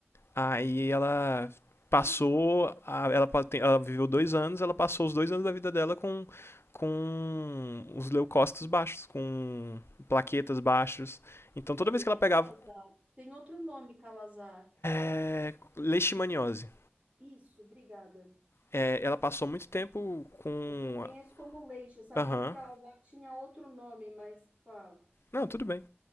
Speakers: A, on the left; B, on the right.
A: Aí ela passou,
B: o que é calazar?
A: a- ela, pa- tem- ela viveu dois anos, ela passou os dois anos da vida dela com, com os leucócitos baixos, com plaquetas baixos. Então
B: Mas
A: toda
B: o
A: vez
B: que
A: que
B: que
A: ela
B: é
A: pegava
B: calazar? Tem outro nome, calazar.
A: é, leishmaniose,
B: Isso, obrigada.
A: é, ela passou muito tempo com...
B: É porque eu conheço como leixa. Eu sabia
A: Aham,
B: que calazar tinha outro nome, mas pá,
A: não, tudo bem.